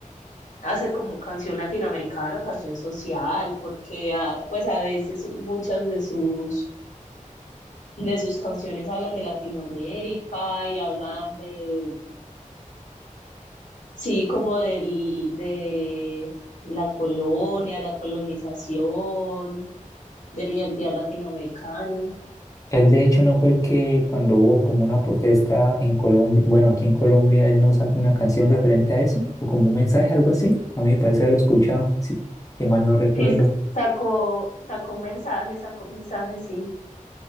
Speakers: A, on the left; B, on the left.
A: hace como canción latinoamericana o canción social, porque ah, pues a veces muchas de sus, de sus canciones hablan de Latinoamérica y hablan de, sí, como del, de la colonia, la colonización, de la identidad latinoamericana.
B: Él de hecho no fue el que cuando hubo como una protesta en Colombia, bueno, aquí en Colombia, él no sacó una canción referente a eso, o como un mensaje, algo así. A mí me parece haberlo escuchado, si, si mal no recuerdo.
A: Sí, sacó, sacó mensajes, sacó mensajes, sí.